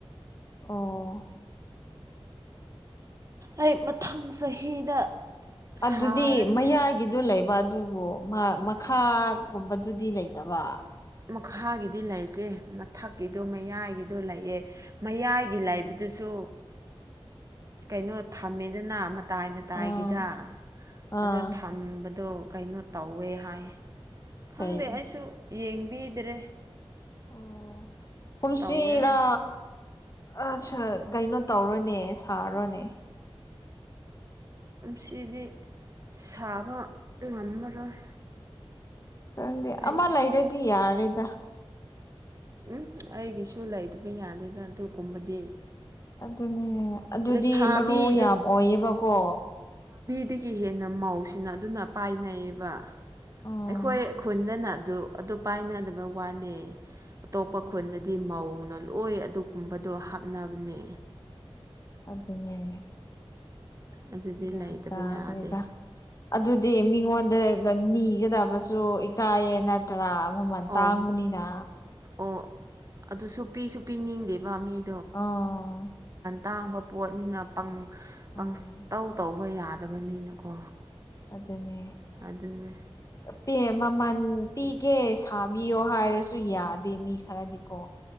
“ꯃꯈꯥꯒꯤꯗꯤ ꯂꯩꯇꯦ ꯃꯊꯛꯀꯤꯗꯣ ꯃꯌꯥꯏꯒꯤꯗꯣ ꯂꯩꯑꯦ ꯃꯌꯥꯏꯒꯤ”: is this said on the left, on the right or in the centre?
Right